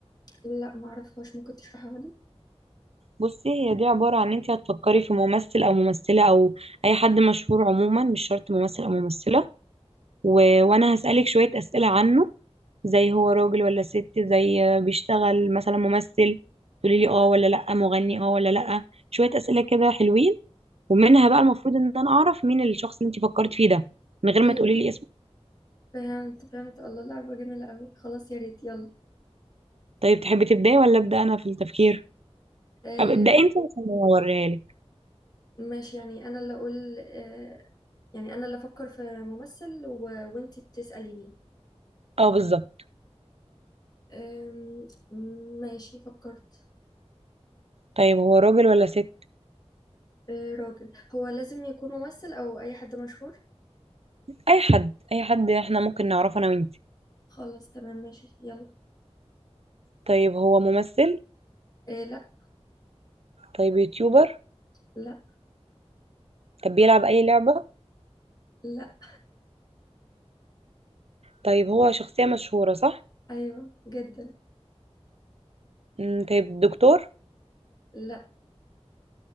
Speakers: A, on the left; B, on the right.
A: لا معرفهاش ممكن تشرحها لي
B: بصي هي دي عبارة عن ان انت هتفكري في ممثل او ممثلة او اي حد مشهور عموما مش شرط ممثل او ممثلة و... وانا هسألك شوية اسئلة عنه زي هو راجل ولا ست زي آه، بيشتغل مثلا ممثل تقولي لي اه ولا لا مغني اه ولا لا شوية اسئلة كده حلوين ومنها بقى المفروض ان انا اعرف مين الشخص اللي انت فكرت فيه ده من غير ما
A: ايوه
B: تقولي لي اسمه
A: فهمت فهمت الله لعبه جميله قوي خلاص يا ريت يلا
B: طيب تحبي تبداي ولا ابدا انا في التفكير
A: آه
B: طب ابدأ انت عشان اوريها لك
A: ماشي يعني انا اللي اقول آه يعني انا اللي افكر في ممثل و... وانتي بتساليني
B: اه بالظبط
A: آم، ماشي فكرت
B: طيب هو راجل ولا ست
A: آه راجل هو لازم يكون ممثل او اي حد مشهور
B: اي حد اي حد احنا ممكن نعرفه انا وانت
A: خلاص تمام ماشي يلا
B: طيب هو ممثل
A: آه لا
B: طيب يوتيوبر
A: لا
B: طب بيلعب اي لعبة
A: لا
B: طيب هو شخصية مشهورة صح
A: ايوه جدا
B: مم، طيب دكتور
A: لا